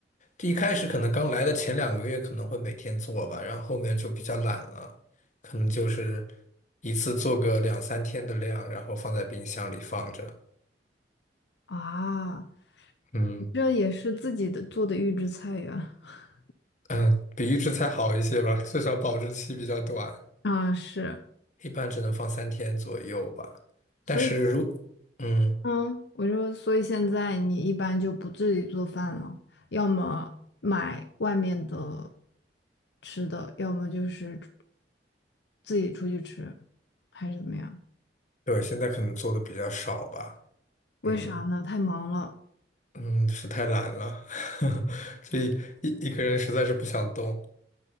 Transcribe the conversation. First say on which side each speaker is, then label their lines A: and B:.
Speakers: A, on the left; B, on the left.
A: 一开始可能刚来的前两个月可能会每天做吧，然后后面就比较懒了，可能就是一次做个两三天的量，然后放在冰箱里放着。
B: 啊，
A: 嗯
B: 这也是自己的做的预制菜呀。<laughs>
A: 嗯，比预制菜好一些吧，至少保质期比较短，
B: 啊，是，
A: 一般只能放三天左右吧。
B: 所以
A: 但是如嗯，
B: 嗯，我就所以现在你一般就不自己做饭了，要么买外面的吃的，要么就是出自己出去吃，还是怎么样？
A: 对，现在可能做的比较少吧，
B: 为啥呢？
A: 嗯。
B: 太忙了。
A: 嗯，是太懒了，<laughs> 所以一一个人实在是不想动，